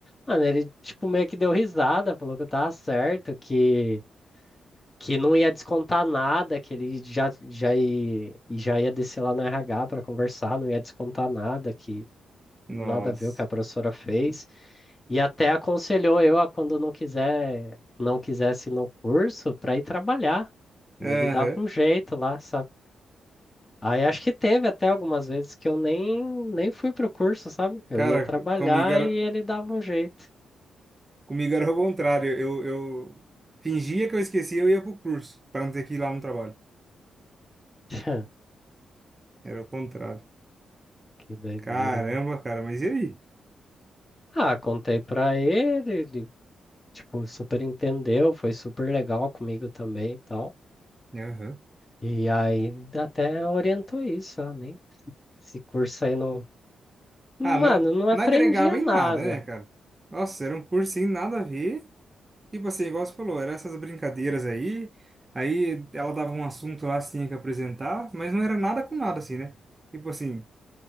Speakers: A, on the left; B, on the right.
A: Mano, ele, tipo, meio que deu risada, falou que eu tava certo, que que não ia descontar nada, que ele já, já, ia, e já ia descer lá no RH para conversar, não ia descontar nada, que
B: Nossa.
A: nada a ver o que a professora fez. E até aconselhou eu a quando não quiser, não quisesse ir no curso para ir trabalhar. E
B: Aham.
A: ele dava um jeito lá, sabe? Aí acho que teve até algumas vezes que eu nem, nem fui pro curso, sabe? Eu
B: Cara,
A: ia trabalhar
B: comigo era,
A: e ele dava um jeito.
B: comigo era o contrário. Eu, eu fingia que eu esquecia, eu ia pro curso, para não ter que ir lá no trabalho.
A: <laughs>
B: Era o contrário.
A: Que doideira,
B: Caramba,
A: né?
B: cara, mas e aí?
A: Ah, contei pra ele, ele tipo, super entendeu, foi super legal comigo também e tal.
B: Aham.
A: E aí até orientou isso, ó, nem esse curso aí não. Mano,
B: Ah, não,
A: não aprendia
B: não agregava em
A: nada.
B: nada, né, cara? Nossa, era um curso sem nada a ver. Tipo assim, igual você falou, eram essas brincadeiras aí. Aí ela dava um assunto lá, você tinha que apresentar, mas não era nada com nada, assim, né? Tipo assim,